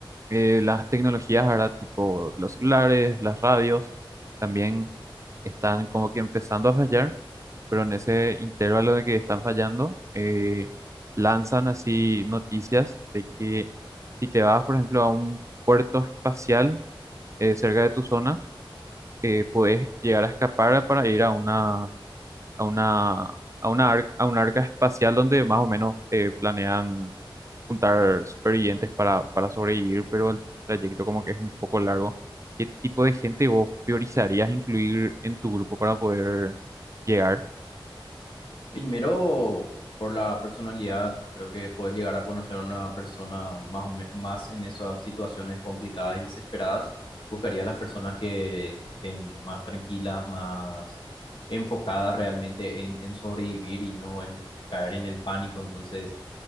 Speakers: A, on the right; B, on the left.
A: eh, las tecnologías ahora, tipo los celulares, las radios, también están como que empezando a fallar. pero en ese intervalo de que están fallando, eh, lanzan así noticias de que si te vas, por ejemplo, a un puerto espacial eh, cerca de tu zona, eh, podés llegar a escapar para ir a una, a una, a una, ar- a una arca espacial donde más o menos eh, planean juntar supervivientes para, para sobrevivir, pero el trayecto como que es un poco largo. ¿Qué tipo de gente vos priorizarías incluir en tu grupo para poder llegar?
B: Primero, por la personalidad, creo que puedes llegar a conocer a una persona más, o me- más en esas situaciones complicadas y desesperadas. Buscaría a las personas que estén más tranquilas, más enfocadas realmente en, en sobrevivir y no en caer en el pánico. Entonces,